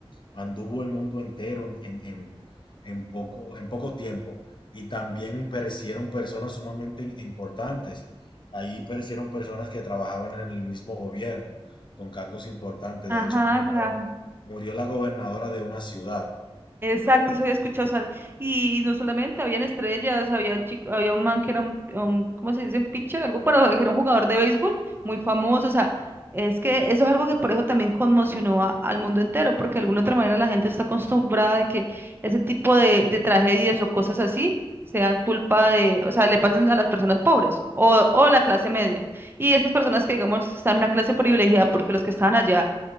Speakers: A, on the left (about 50°); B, on the right (about 20°).
A: Anduvo el mundo entero en, en, en- en poco, en poco tiempo. Y también perecieron personas sumamente im- importantes. Ahí perecieron personas que trabajaban en el mismo gobierno, con cargos importantes.
B: Ajá,
A: De hecho, murió,
B: acá.
A: murió la gobernadora de una ciudad.
B: Exacto, eso había escuchado. o sea, y no solamente habían estrellas, había un chico, había un man que era un, un- ¿cómo se dice? Un Pitcher, algo, pero era un jugador de béisbol muy famoso. O sea, es que eso es algo que por eso también conmocionó a- al mundo entero, porque de alguna otra manera la gente está acostumbrada de que ese tipo de, de tragedias o cosas así sean culpa de, o sea, le pasen a las personas pobres o, o la clase media. Y esas personas que, digamos, están en una clase privilegiada, porque los que estaban allá